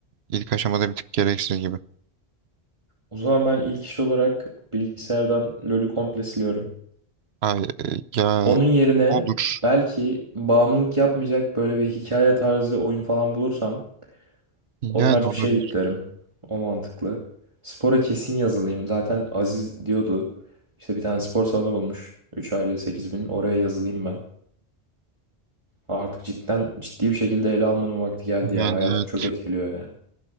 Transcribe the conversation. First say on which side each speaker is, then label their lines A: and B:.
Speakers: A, on the right (about 70°); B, on the right (about 25°).
A: ilk aşamada bir tık gereksiz gibi.
B: O zaman ben ilk iş olarak bilgisayardan LoL'ü komple siliyorum.
A: Ay, e, ya
B: Onun yerine
A: olur.
B: belki bağımlılık yapmayacak böyle bir hikaye tarzı oyun falan bulursam
A: Yani
B: o tarz bir
A: olabilir.
B: şey yüklerim. O mantıklı. Spora kesin yazılayım. Zaten Aziz diyordu. İşte bir tane spor salonu bulmuş. 3 aile sekiz bin. Oraya yazılayım ben. Artık cidden ciddi bir şekilde ele almanın vakti geldi
A: Yani
B: ya. Hayatım
A: evet.
B: çok etkiliyor ya.